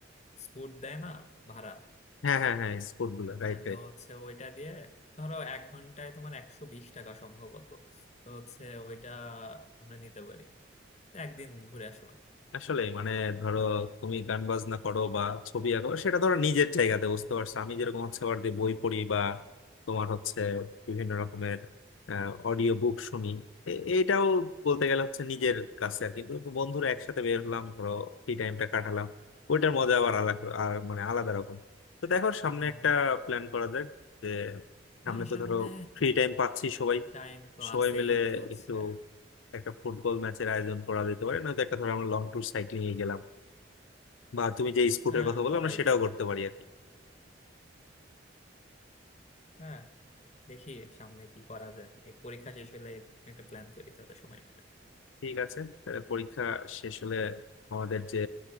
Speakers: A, on the left; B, on the left.
A: স্কুট দেয় না ভাড়া
B: হ্যাঁ হ্যাঁ হ্যাঁ স্কুল গুলো রাইট
A: হ্যাঁ
B: রাইট
A: তো হচ্ছে ওইটা দিয়ে ধরো এক ঘন্টায় তোমার একশো বিশ টাকা সম্ভবত তো হচ্ছে ওইটা আমরা নিতে পারি একদিন ঘুরে আসলাম
B: আসলে মানে ধরো তুমি গান বাজনা করো বা ছবি আঁকো সেটা ধরো নিজের জায়গাতে বুঝতে পারছো আমি যেরকম হচ্ছে আবার যে বই পড়ি বা তোমার হচ্ছে বিভিন্ন রকমের অডিও বুক শুনি এ- এইটাও বলতে গেলে হচ্ছে নিজের কাছে আর কি। কিন্তু বন্ধুরা একসাথে বের হলাম ধরো ফ্রি টাইমটা কাটালাম ওইটার মজা আবার আলাদা আর মানে আলাদা রকম তো দেখো সামনে
A: হ্যাঁ
B: একটা
A: হ্যাঁ
B: প্ল্যান করা যাক যে সামনে
A: হ্যাঁ
B: তো
A: সামনে
B: ধরো ফ্রি টাইম পাচ্ছি সবাই
A: টাইম তো
B: সবাই
A: আছেই
B: মিলে
A: তো হচ্ছে
B: একটু একটা ফুটবল ম্যাচের আয়োজন করা যেতে পারে নয়তো একটা ধরো আমরা লং ট্যুর সাইক্লিং এ গেলাম বা তুমি যে স্পোর্টের
A: হ্যাঁ
B: কথা বললে
A: করাই
B: আমরা সেটাও
A: যায়
B: করতে পারি আর কি
A: হ্যাঁ দেখি সামনে কি করা যায় এই পরীক্ষা শেষ হলে একটা প্ল্যান করি তাহলে সময় মিলে
B: ঠিক আছে তাহলে পরীক্ষা শেষ হলে আমাদের যে